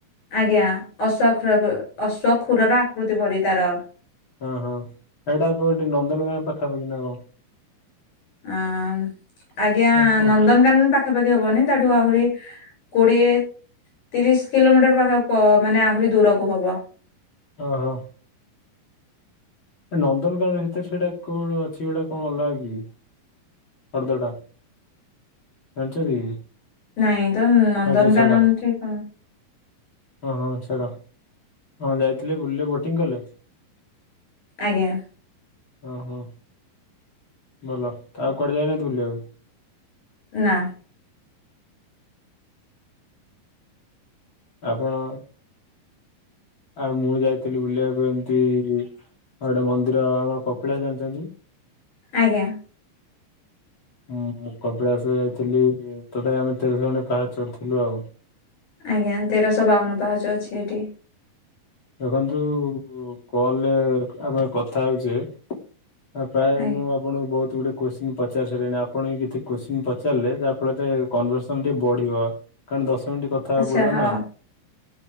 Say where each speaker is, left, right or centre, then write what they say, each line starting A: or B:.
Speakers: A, on the left (about 55°); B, on the left (about 35°).
A: ଆଜ୍ଞା ଅଶ୍ଵଖ ଅସ୍ୱଖୁରର ଆକୃତି ପରି ତାର।
B: ଓଁ ହଁ ଏଇଟା କଉଠି ନନ୍ଦନ କାନନ ପାଖାପାଖି ନା କଣ।
A: ଅ ଆଜ୍ଞା
B: ନା କୋଉଠି
A: ନନ୍ଦନକାନନ ପା ପାଖାପାଖି ହବନି ତାଠୁ ଆହୁରି କୋଡିଏ ତିରିଶ କିଲୋମିଟର ପାଖା ମାନେ ଆହୁରି ଦୂରକୁ ହବ।
B: ଓ ହୋ। ନନ୍ଦନକାନ ଭିତରେ ସେଇଟା କୋଉଟ ଅଛି ଗଟା କଣ ଅଲଗା କି? ହ୍ରଦ ଟା ଜାଣିଛ କି?
A: ନାଇଁ ତ ନନ୍ଦନକାନନ
B: ହଉ ସେ ଛାଡ
A: ଠିକ
B: ହଁ ହଁ ଛାଡ଼ ଯାଇଥିଲେ ବୁଲିଲେ ବୋଟିଂ କଲେ?
A: ଆଜ୍ଞା।
B: ଓହୋ। ଭଲ ଆଉ କୁଆଡ଼େ ଯାଇନାହାନ୍ତି ବୁଲିବାକୁ ଆଉ?
A: ନାଁ।
B: ଆପଣ ଆଉ ମୁଁ ଯାଇଥିଲି ବୁଲିବାକୁ ଏମିତି ଆଉ ଗୋଟେ ମନ୍ଦିର ଆମର କପିଳା ଜାଣିଛନ୍ତି?
A: ଆଜ୍ଞା।
B: ହଁ ମୁଁ କପିଳାସ ଯାଇଥିଲି ତଥାପି ଆମେ ତେରଶଣେ ପାହା ଚଢିଥିଲୁ ଆଉ।
A: ଆଜ୍ଞା ତେରଶହ ବାଉନ ପାହାଚ ଅଛି ଏଠି।
B: ଦେଖନ୍ତୁ ଫୋନ୍ ରେ ଆମେ କଥା ହେଉଛେ ହ ପ୍ରାୟ
A: ଆଜ୍ଞା
B: ମୁଁ ଆପଣ ବହୁତ ଗୁଟେ କୋଶ୍ଚିନ୍ ପଚାରି ସାରିଲେଣି ଆପଣ କିଛି କୋଶ୍ଚିିନ ପଚାରିଲେ ଯା ଫଳରେ କଂଭାରେସନ ଟେ ବଢିବ। କାରଣ ଦଶ ମିନିଟ କଥା
A: ଆଚ୍ଛା
B: ହେବାକୁ ପଡିବ
A: ହଁ
B: ନା